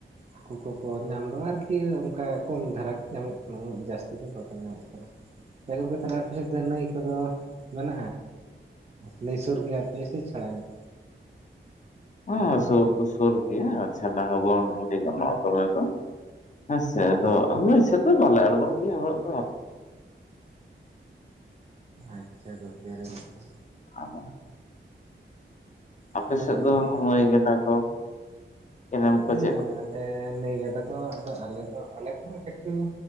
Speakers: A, on the right; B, on the left.
A: ᱦᱟᱹᱠᱩ ᱠᱚᱠᱚ ᱧᱟᱢ ᱫᱚ ᱟᱨᱠᱤ ᱚᱱᱠᱟ ᱠᱚᱢ ᱫᱷᱟᱨᱟ ᱧᱟᱢᱚᱜ ᱠᱟᱱᱟ ᱩᱱᱟᱹᱜ ᱡᱟᱹᱥᱛᱤ ᱫᱚ ᱵᱟᱠᱚ ᱧᱟᱢᱚᱜ ᱠᱟᱱᱟ᱾ ᱛᱮᱦᱳ ᱜᱳᱢᱠᱮ ᱛᱟᱦᱞᱮ ᱟᱯᱮ ᱥᱮᱫ ᱫᱚ ᱱᱟᱹᱭ ᱠᱚᱫᱚ ᱢᱮᱱᱟᱜ-ᱟ ᱱᱟᱹᱭ ᱥᱩᱨ ᱜᱮᱭᱟ ᱯᱮ ᱥᱮ ᱪᱷᱟᱲᱟ ᱧᱚ
B: ᱦᱮᱸ ᱥᱩᱨ ᱫᱚ ᱥᱩᱨ ᱜᱮᱭᱟ ᱟᱨ ᱪᱷᱟᱰᱟ ᱦᱚᱸ ᱵᱟᱝ ᱞᱟᱹᱭ ᱜᱟᱱᱚᱜ-ᱟ ᱫᱚᱢᱮ ᱫᱚ ᱦᱮᱸᱥᱮ ᱟᱫᱚ ᱟᱞᱮ ᱥᱮᱫ ᱫᱚ ᱵᱟᱞᱮ ᱟᱲᱜᱩᱱ ᱜᱮᱭᱟ ᱩᱱᱟᱹᱜ ᱫᱚ
A: ᱟᱪᱪᱷᱟ ᱜᱚᱢᱠᱮ <unintelligible>
B: ᱟ <inaudible> ᱟᱯᱮ
A: ᱛᱟᱦᱚᱞᱮ
B: ᱥᱮᱫ
A: ᱜᱚᱝᱠᱮ
B: ᱫᱚ ᱱᱟᱹᱭ ᱜᱟᱰᱟ ᱠᱚ ᱠᱮᱱᱮᱞ
A: ᱦᱮᱸ
B: ᱠᱚ ᱪᱮᱫ ᱞᱮᱠᱟ
A: ᱟᱞᱮ ᱱᱟᱹᱭ ᱜᱟᱰᱟ ᱫᱚ ᱟᱫᱚ ᱟᱞᱮ ᱫᱚ ᱟᱞᱮ ᱠᱷᱚᱱ ᱠᱤᱪᱷᱩ